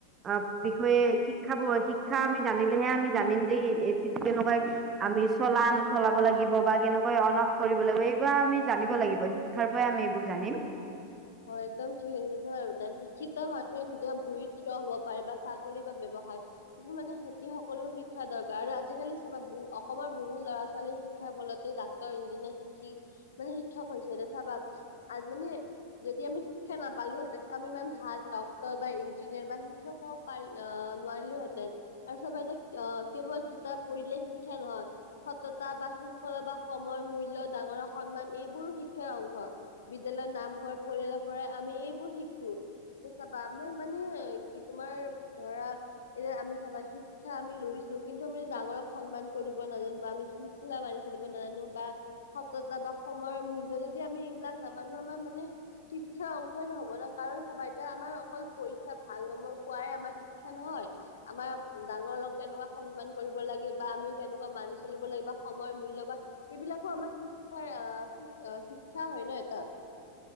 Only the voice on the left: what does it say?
হয়, একদম ঠিক <unintelligible> শিক্ষিত মানুহে নিজৰ ভৰিত থিয় হব পাৰে চাকৰি বা ব্যৱসায়ৰ, কিন্তু মানে সিহতি সকলো শিক্ষা দৰকাৰ আৰু আজিকালি চাবা ব অসমৰ <unintelligible> বহু ল'ৰা ছোৱালী শিক্ষা বলতে ডাক্তৰ, ইঞ্জিনিয়াৰ, শিক্ষি মানে শিক্ষক হৈছে। এ চাবা আৰু মানে যদি আমি শিক্ষা নাপালোহেঁতেন আমি ইমান ভাল ডক্টৰ বা ইঞ্জিনিয়াৰ বা শিক্ষক পাৰ নোৱাৰিলোহেঁতেন আৰু চাবা এ অ কেৱল কিতাপ পঢ়িলে শিক্ষা নহয়। সততা বা শৃংখলা বা সময়ৰ মূল্য, ডাঙৰৰ সন্মান এইবোৰো শিক্ষাৰ অংশ। বিদ্যালয়, নামঘৰ, পৰিয়ালৰ পৰাই আমি এইবোৰ শিকো। এতিয়া চাবা। আমাৰ মানে কি তোমাৰ ধৰা এতিয়া আমি চাবা শিক্ষা আমি লৈ কিন্তু আমি ডাঙৰক সন্মান কৰিব নাজানো বা আমি শৃংখলা মানি চলিব নাজানো বা সততা বা সময়ৰ মূল্য যদি আমি এইবিলাক নামানো আমাৰ মানে শিক্ষাৰ অংশই নহব ন কাৰণ চাবা এতিয়া আমাৰ অকল পৰীক্ষা ভাল নম্বৰ পোৱাই আমাৰ শিক্ষা নহয়। আমাৰ ডাঙৰ লগ কেনেকুৱা সন্মান কৰিব লাগে বা আমি কেনেকুৱা মানি চলিব লাগিব বা সময় মূল্য বা এইবিলাকো আমাৰ শিক্ষাৰ আহ শি হয় ন এটা।